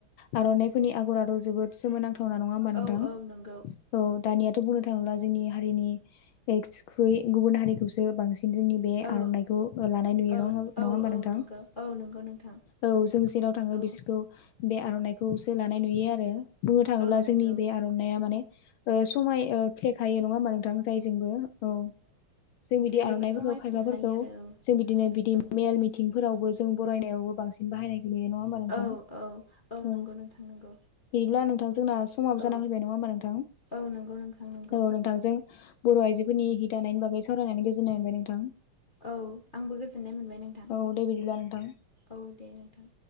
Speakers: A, on the left; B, on the left.
A: आर'नाइफोरनि आगरथ' जोबोद सोमोनांथावना नङा होनोमबा नोंथां
B: औ औ नंगौ
A: औ दानियाथ' बुंनो थाङोब्ला जोंनि हारिनि एसख्रुय गुबुन हारिखौ सो बांसिन जोंनि बे
B: औ
A: आर'नाइखौ लानाय नुयो
B: औ
A: नङा नङा
B: औ
A: होमबा
B: औ
A: नोंथां।
B: नंगौ औ नंगौ नोंथां
A: औ जों जेराव थाङो
B: औ
A: बिसोरखौ बे आर'नाइ खौसो लानाय नुयो आरो बुंनो थाङोब्ला
B: औ नंगौ
A: जोंनि बे आर'नाइया माने ओ समाय फ्लेखायो नङा होमबा नोंथां जायजोंबो औ जों बिदि
B: जेरैबो
A: आर'नाइफोरखौ
B: समायफ्लेखायो
A: खायबाफोरखौ
B: आरो
A: जों बिदिनो बिदि
B: औ
A: मेल मिथिंफोरावबो जों बरायनायाव बो बांसिन बायनायखौ नुयो नङा होमबा
B: औ
A: नोंथां
B: औ औ
A: औ।
B: नंगौ नोंथां नंगौ
A: गैला नोंथां जोंना समाबो
B: औ
A: जाना फैबाय नङा होमा नोंथां?
B: औ नंगौ नोंथां नंगौ
A: औ नोंथांजों बर' आइजोफोरनि हि दानायनि बागै सावरायनानै गोजोननाय मोनबाय नोंथां
B: औ आंबो गोजोननाय मोनबाय नों
A: औदे बिदिब्ला नोंथां
B: औ दे नोंथां।